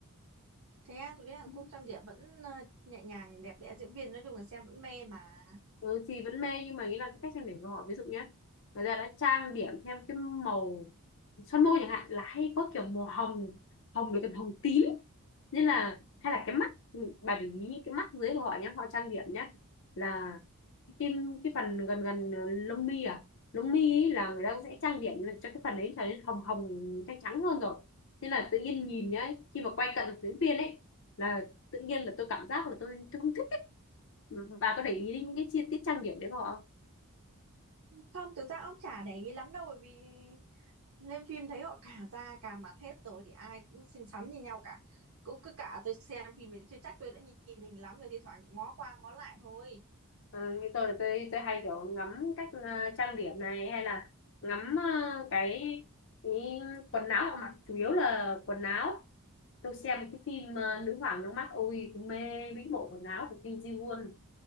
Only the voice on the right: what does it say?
Thế à, tôi thấy Hàn
Quốc trang điểm vẫn ờ, nhẹ nhàng đẹp đẽ diễn viên nói chung là xem vẫn mê mà
không thực ra ông chả để ý lắm đâu bởi vì lên phim thấy họ cả da cả mặt hết rồi thì ai cũng xinh xắn như nhau cả cũng cứ cả tôi xem phim mình chưa chắc tôi đã nhìn, nhìn hình lắm rồi thì thoảng ngó qua ngó lại thôi